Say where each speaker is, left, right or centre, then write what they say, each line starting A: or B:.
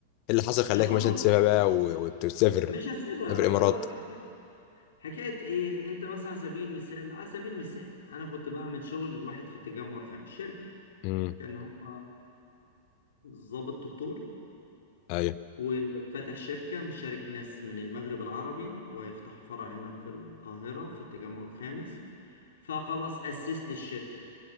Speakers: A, on the left (about 50°); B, on the left (about 75°).
A: اللي حصل خلاك
B: اللي حصل
A: مثلا تسيبها بقى و- وت- وتسافر
B: مش هسيبها
A: تسافر الامارات
B: هو حكاية, حكاية إيه أنت مثلا على سبيل المثال على سبيل المثال أنا كنت بعمل شغل لواحد في التجمع الخامس شركة
A: امم
B: كان هو ضابط دكتور
A: ايوه
B: وفتح شركة مشارك ناس من المغرب العربي ويفتحوا فرع هنا في القاهرة في التجمع الخامس فخلاص أسس لي الشركة